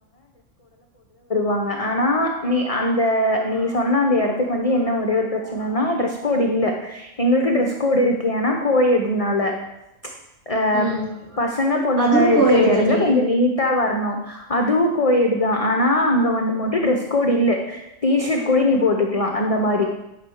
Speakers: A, on the left (about 35°); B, on the right (about 65°).
A: வாங்க ஆனா நீ அந்த நீ சொன்ன அந்த இடத்துக்கு வந்து என்ன ஒரே ஒரு பிரச்சனைன்னா டிரெஸ் கோட் இல்ல எங்களுக்கு டிரெஸ் கோடு இருக்கு ஏன்னா கோய எடுனால அஹ
B: ம்
A: பசங்க பொண்ணுங்க
B: அதுவு கோயேடு
A: இருக்கிற
B: தாண்டி
A: இடத்துல கொஞ்சம் நீட் நீட்டா வரணும் அதுவும் கோயெடு தான் ஆனா அங்க வந்து மட்டும் ட்ரெஸ் கோடு் இல்ல டீஷர்ட் குடா நீ போட்டுக்கலாம் அந்த மாதிரி